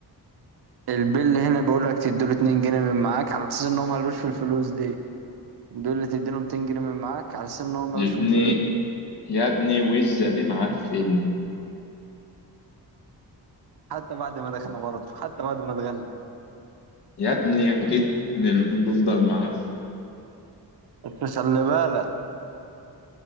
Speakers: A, on the right; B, on the left.
A: البيل هنا بيقول لك تديله 2 جنيه من معاك على اساس ان هو ملوش في الفلوس دي دول اللي تديله 200 جنيه من معاك على اساس ان هو ملوش
B: يا ابني
A: في الفلوس
B: يا ابني وزه دي معفن
A: حتى بعد ما دخلنا برضه حتى بعد ما اتغنى
B: يا ابني اكيد بفضل معفن
A: بس خلي بالك